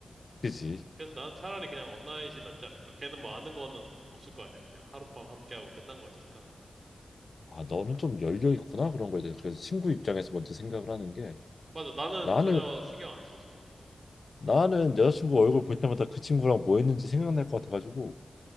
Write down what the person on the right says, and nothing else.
그래서 나는 차라리 그냥 원나잇이 낫지 않을까? 걔는 뭐 아는 거는 없을 거 아니야. 그냥 하룻밤 함께하고 끝난 거니까.
맞아, 나는
전혀 신경 안 써서.